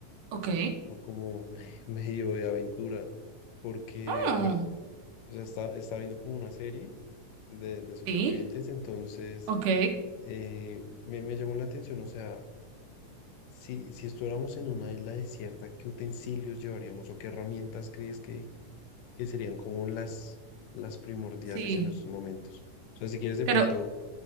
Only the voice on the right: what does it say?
Ok.
Ah,
sí.
Ok.
Sí.
Pero